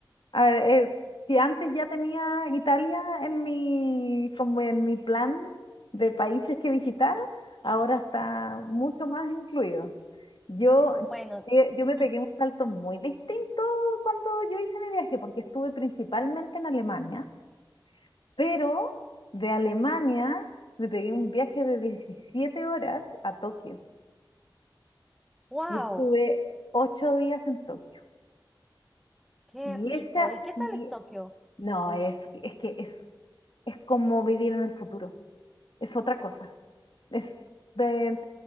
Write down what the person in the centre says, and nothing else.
Bueno,
<laughs>
wow,
qué
rico.
¿Y qué tal
es Tokio?